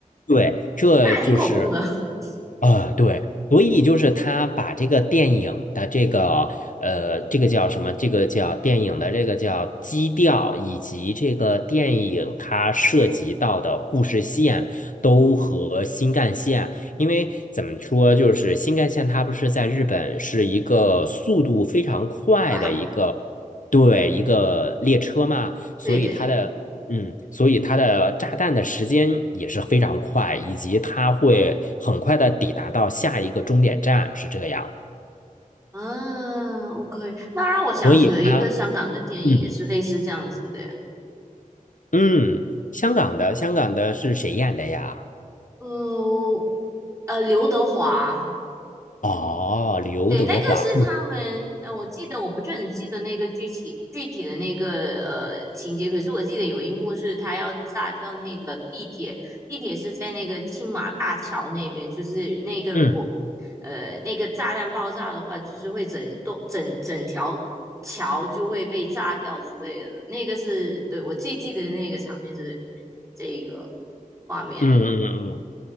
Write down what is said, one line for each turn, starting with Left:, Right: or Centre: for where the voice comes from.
Left: 对，这就是
Right: 那还挺恐怖的。<laughs>
Left: 啊，对，所以就是他把这个电影的这个呃，这个叫什么？这个叫电影的这个叫基调，以及这个电影它涉及到的故事线都和新干线，因为怎么说，就是新干线它不是在日本是一个速度非常快的一个。
Right: 快，
Left: 对，一个列车嘛，所以它的嗯，
Right: 对对，
Left: 所以它的炸弹的时间也是非常快，以及它会很快的抵达到下一个终点站，是这样。
Right: 啊，OK，那让我想起了一个香港的电影，
Left: 所以它，嗯
Right: 也是类似这样子的。
Left: 嗯，香港的香港的是谁演的呀？
Right: 呃呃，刘德华。
Left: 哦，刘德华。
Right: 对，那个是他们，
Left: 嗯
Right: 呃，我记得我不是很记得那个具体具体的那个呃情节，可是我记得有一幕是他要炸掉那个地铁，地铁是在那个青马大桥那边，就是那个如果
Left: 嗯
Right: 呃那个炸弹爆炸的话，就是会整栋整整条桥就会被炸掉之类的，那个是对我最记得那个场面是这一个画面，
Left: 嗯嗯嗯。